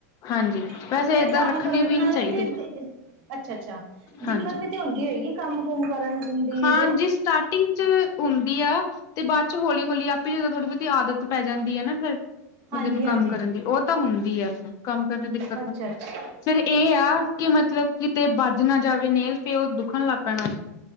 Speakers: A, on the left (about 40°); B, on the right (about 55°).
A: ਹਾਂਜੀ
B: ਹਾਂ।
A: ਵੈਸੇ
B: ਫੇਰ,
A: ਏਦਾਂ
B: ਕੰਮ
A: ਰੱਖਣੇ
B: ਕਰਨ ਨਾਲ
A: ਨਹੀਂ ਚਾਹੀਦੇ
B: ਵੀ, ਤੇ ਅੱਛਾ- ਅੱਛਾ,
A: ਹਾਂਜੀ।
B: ਦਿੱਕਤ ਵੀ ਤੇ, ਹੁੰਦੀ ਹੋਏਗੀ। ਕੰਮ- ਕੁਮ ਕਰਨ ਦੀ। ਵੀ
A: ਹਾਂਜੀ।
B: ਤੇ
A: ਸਟਾਰਟਿੰਗ ਚ ਹੁੰਦੀ ਆ। ਤੇ ਬਾਅਦ ਚ ਹੋਲੀ- ਹੋਲੀ ਆਪੇ, ਹੀ ਜਦੋ, ਥੋੜੀ ਬਹੁਤੀ, ਆਦਤ ਪੈ ਜਾਂਦੀ ਹੈ, ਨਾ ਫੇਰ।
B: ਹਾਂਜੀ
A: ਬਦੇ ਨੂੰ
B: ਹਾਂਜੀ
A: ਕੰਮ ਕਰਨ ਦੀ। ਉਹ ਤੇ, ਹੁੰਦੀ ਆ। ਕੰਮ ਕਰਨ ਦੀ ਦਿੱਕਤ,
B: ਅੱਛਾ ਅੱਛਾ
A: ਫੇਰ ਇਹ ਆ। ਕਿ ਮਤਲਬ, ਕਿਤੇ ਬੱਜ ਨਾ ਜਾਵੇ ਨੇਲ ਤੇ, ਉਹ ਦੁਖਣ, ਲੱਗ ਪੈਣਾ ਸੀ।